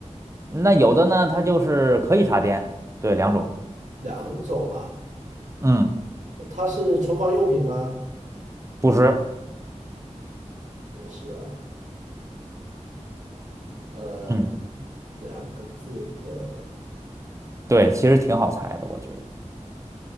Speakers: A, on the right; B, on the right.
A: 那有的呢，它就是可以插电，对，两种，
B: 两种啊。
A: 嗯
B: 它是厨房用品吗？
A: 不是，
B: 不是啊，呃，
A: 嗯
B: 两个字的
A: 对，其实挺好猜的，我觉得